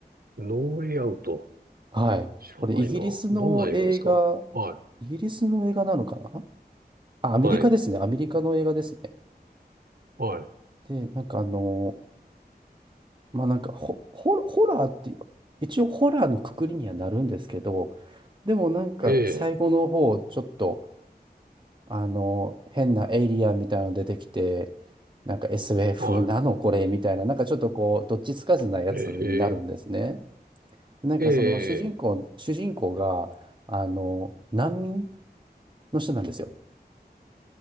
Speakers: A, on the right; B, on the right.
A: ノーウェイアウト。
B: はい。
A: 知らないな。
B: これイギリスの映画、
A: どんな映画ですかはい。
B: イギリスの映画なのかなあ、アメリカですね。
A: はい。
B: アメリカの映画ですね。
A: はい。
B: で、なんかあの、まあなんかホ、ホホラーっていう、一応ホラーのくくりにはなるんですけど、でもなんか最後の方、
A: ええ。
B: ちょっと、あの、変なエイリアンみたいなの出てきて、なんか SF
A: はい。
B: なのこれみたいな、なんかちょっとこう、どっちつかずなやつになるんですね。
A: ええ、
B: なんかその主人公、
A: ええ、
B: 主人公が、あの、難民の人なんですよ。